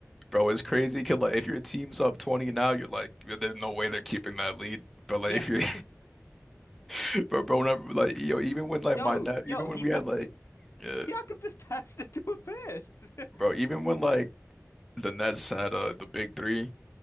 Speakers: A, in the centre; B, on the left.
A: bro, it's crazy. 'cause, like if your team's up 20 now, you're like, yo, there's no way they're keeping that lead. But like
B: yeah,
A: if you're <laughs> bro, bro, whenever, like yo, even
B: <laughs>
A: when like
B: yo,
A: my net,
B: yo,
A: even
B: he
A: when we
B: pa
A: had like, uh,
B: Siakam just <laughs> passed it to a fan.
A: bro,
B: <laughs>
A: even when like the Nets had uh, the big three.